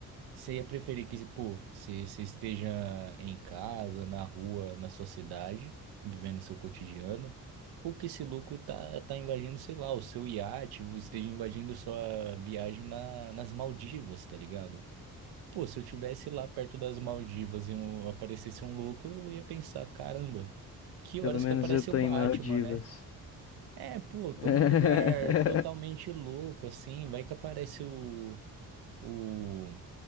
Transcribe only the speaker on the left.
Pelo
menos
eu tô
em Maldivas.
<laughs>